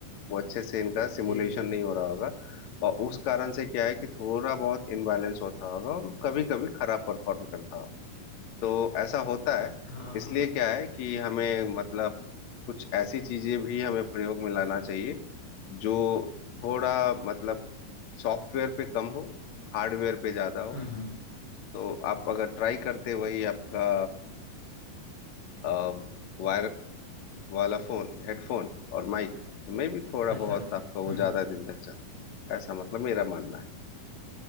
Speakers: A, on the left; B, on the left.
A: वो अच्छे से इनका सिमुलेशन
B: जी जी जी
A: नहीं हो रहा होगा और उस कारण से क्या है कि थोड़ा बहुत इनबैलेंस होता होगा और कभी कभी खराब परफॉर्म करता होगा तो ऐसा होता है
B: हाँ
A: इसलिए क्या है कि हमें मतलब कुछ ऐसी चीजें भी हमें प्रयोग में लाना चाहिए जो थोड़ा मतलब सॉफ्टवेयर पे कम हो हार्डवेयर पे ज्यादा हो
B: हम्म हम्म
A: तो आप अगर ट्राई करते वही आपका अ, वायर वाला फोन हेडफोन और माइक में भी थोड़ा
B: अच्छा
A: बहुत आपका वो
B: हम्म
A: ज्यादा दिन तक चलता है, ऐसा मतलब मेरा मानना है